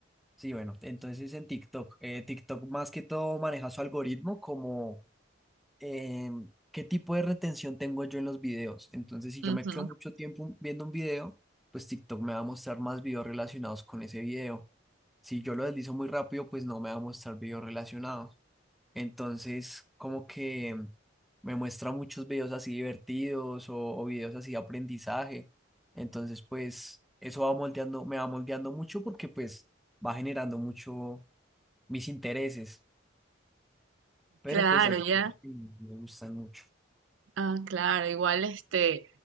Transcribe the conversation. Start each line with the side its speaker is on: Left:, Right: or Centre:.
Centre: Sí, bueno, entonces en TikTok, eh, TikTok más que todo maneja su algoritmo como eh, qué tipo de retención tengo yo en los videos. Entonces, si
Right: ujú.
Centre: yo me quedo mucho tiempo viendo un video, pues TikTok me va a mostrar más videos relacionados con ese video. Si yo lo deslizo muy rápido, pues no me va a mostrar videos relacionados. Entonces, como que me muestra muchos videos así divertidos o, o videos así de aprendizaje. Entonces, pues eso va moldeando, me va moldeando mucho porque pues va generando mucho mis intereses, pero
Right: Claro,
Centre: pues hay que
Right: ya.
Centre: me gustan mucho.
Right: Ah, claro, igual este,